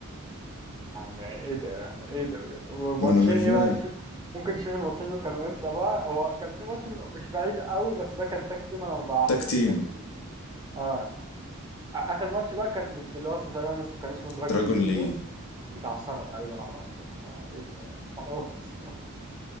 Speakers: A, on the right; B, on the left.
A: يعني ايه ده يعني ايه ده بجد والماتشين
B: وانا مش
A: ايه
B: ما
A: بقى شوف ممكن نشوف الماتشين دول كانوا امتى بقى هو كان في ماتش من مش بعيد قوي بس ده كان تاك تيم انا ما بحسبش
B: تاك تيم
A: التاك تيم اه اخر ماتش بقى كان ضد اللي هو اسمه تقريبا اسمه كان اسمه دراجون
B: دراجون
A: لي
B: لي
A: ده بتاع سنه تقريبا او اكتر فايه ده خلاص <laughs>